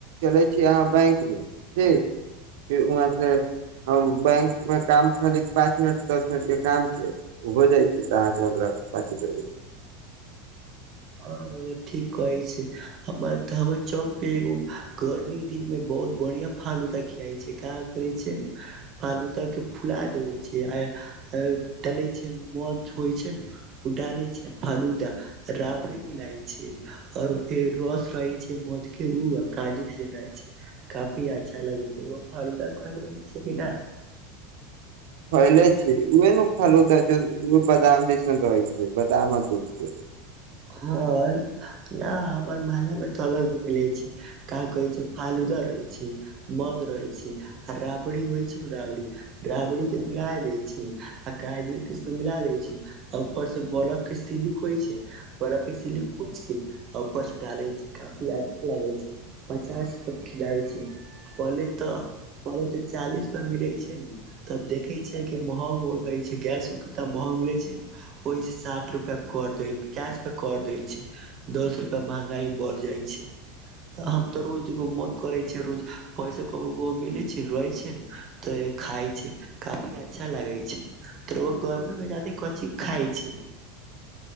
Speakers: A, on the right (about 75°); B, on the right (about 40°).
A: चले छीअहाँ बैंक में ठीक फिर वहाँ से हम बैंक मे काम खाली पाँच मिनट दस मिनट के काम छै हो जाइ तहाँके हमरा पटि देब
B: आरो ठीक कहै छैय हमर तऽ हमर चौक पे एगो गर्मी दिन मे बहुत बढ़िया फालूदा खियाआइ छैय क करै छैय ने बालूदा के फुला देवे छी आ डले छी बध होइ छैय ने उडाली छैय फलूदा रब कपड़े मिलइ छैय आओर रस रहै छैय मध के उ आ काजू से म छैय काफी अच्छा लगे छैय फलूदा खल बनै छैय कि न
A: फैलय छैय उह ने फालूदा जे बादाम जैसन रहै छैय बादाम आ दुख के
B: हँ न हमर महल्ला मे तऽ अलग मिलै छैय का कहै छैय फालूदा रहै छैय मद रहै छैय आ राबड़ी होइ छैय न राबड़ी राबड़ी के मिला दै छैय आ काजू की सब मिला दै छैय अ र से बलप के सिलिक होइ छै बरप के सिलिक होइ छैय आ ऊपर से डाले छैय काफी अच्छा लागे छैय पचास रूप के खिलाबे छैय पहले तऽ पले तऽ चालीस रूपयामें मिलै छैय ने तब देखई छैय की महंग हो गए छैय गैस उ कितना महग मिलै छैय ने ओहिस साठ रूपआ कर दे पचास प कर दै छैय दस रुपआ महंगाई बढ़ जाइ छैय हम तऽ रोजग मोन करे छैय रोज पैस क मिलै छैय रहै छैय न तऽ खाइ छैय काफी अच्छा लागै छैय त ओ गर्मी मे जाादे की खाइ छैय